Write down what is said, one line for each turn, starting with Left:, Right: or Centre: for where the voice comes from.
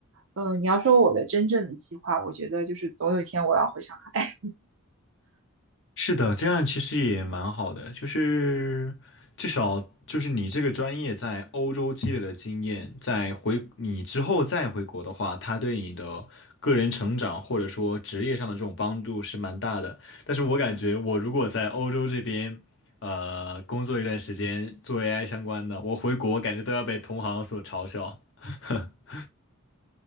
Right: 嗯、呃你要说我的真正的计划，我觉得就是总有一天我要回上海。
Left: 是的，这样其实也蛮好的，就是至少就是你这个专业在欧洲积累的经验，在回你之后再回国的话，它对你的个人成长或者说职业上的这种帮助是蛮大的。但是我感觉我如果在欧洲这边，呃，工作一段时间做 AI 相关的，我回国感觉都要被同行所嘲笑。<laughs>